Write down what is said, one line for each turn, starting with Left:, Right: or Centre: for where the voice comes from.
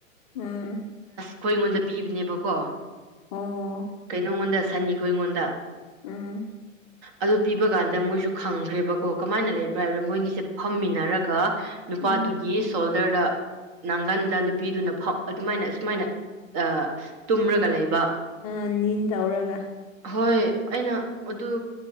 Left: ꯎꯝ
Right: ꯑꯩꯈꯣꯏ ꯑꯩꯉꯣꯟꯗ ꯄꯤꯕꯅꯦꯕꯀꯣ
Left: ꯑꯣ
Right: ꯀꯩꯅꯣꯉꯣꯟꯗ ꯁꯟꯅꯤ ꯈꯣꯏ ꯉꯣꯟꯗ
Left: ꯑꯝ
Right: ꯑꯗꯨ ꯄꯤꯕ ꯀꯥꯟꯗ ꯃꯣꯏꯁꯨ ꯈꯪꯈ꯭ꯔꯦꯕꯀꯣ ꯀꯃꯥꯏꯅ ꯂꯩꯕ꯭ꯔꯥ ꯍꯥꯏꯔꯣꯔ ꯃꯣꯏꯅꯤꯁꯦ ꯐꯝꯃꯤꯟꯅꯔꯒ ꯅꯨꯄꯥꯗꯨꯒꯤ
Left: ꯎꯝ
Right: ꯁꯣꯜꯗꯔꯗ ꯅꯪꯒꯟꯗ ꯅꯨꯄꯤꯗꯨꯅ ꯐꯝ ꯑꯗꯨꯃꯥꯏꯅ ꯁꯨꯃꯥꯏꯅ ꯑ ꯇꯨꯝꯔꯒ ꯂꯩꯕ
Left: ꯑ ꯅꯤꯟ ꯇꯧꯔꯒ
Right: ꯍꯣꯏ ꯑꯩꯅ ꯑꯗꯨ